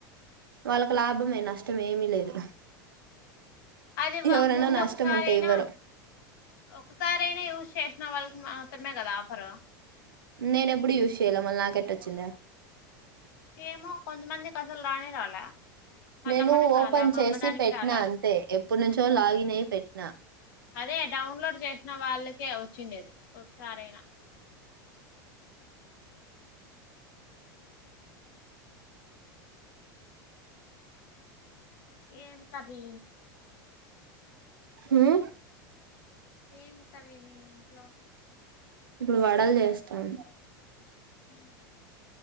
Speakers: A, on the right (about 85°); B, on the left (about 70°).
A: వాళ్ళక్ లాభమే నష్టం ఏమి లేదు
B: అది వా
A: ఎవరైనా
B: ముందు
A: నష్టం
B: ఒకసారయినా
A: ఉంటే ఇవ్వరు
B: ఒకసారయినా షెశినా వాల్క్ మాత్రమే కదా ఆఫర్
A: నేనెప్పుడు యూస్ చేయలే మల్ నాకెట్ట వచ్చింద
B: ఏమో కొంతమందికి అసల్ రానే రాలే కతం
A: నేను
B: మనకి
A: ఓపెన్
B: రాలా మా
A: చేసి
B: అమ్మ దానికి
A: పెట్టినా
B: రాలా
A: అంతే ఎప్పునుంచో లాగిన్ అయి పెట్టినా
B: అదే డౌన్లోడ్ చేసిన వాళ్ళకే వచ్చిండేది ఒకసారయినా ఏం కర్రీ
A: ఉ
B: ఏం కర్రీ మీ ఇంట్లో
A: ఇప్పుడు వడల్ చేస్తాం
B: హ